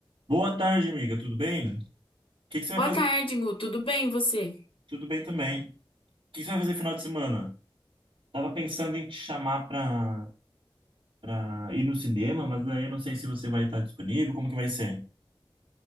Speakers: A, on the right; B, on the left.
A: Boa tarde, amiga. Tudo bem? O que que você vai
B: Boa
A: fazer?
B: tarde, Gu. Tudo bem, e você?
A: Tudo bem também. O que que você vai fazer final de semana? Tava pensando em te chamar pra, pra ir no cinema, mas daí eu não sei se você vai estar disponível. Como que vai ser?